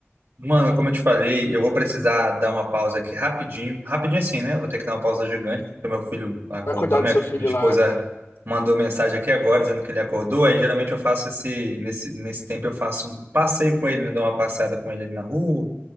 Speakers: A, on the right; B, on the left.
A: Mano, como eu te falei, eu vou precisar dar uma pausa aqui rapidinho. Rapidinho assim, né? Eu Vou ter que dar uma pausa gigante, porque meu filho acordou,
B: Vai cuidar
A: minha,
B: do seu filho
A: minha esposa
B: lá, cara.
A: mandou mensagem aqui agora dizendo que ele acordou. Aí geralmente eu faço esse, nesse, nesse tempo eu faço um passeio com ele, né? Dou uma passeada com ele ali na rua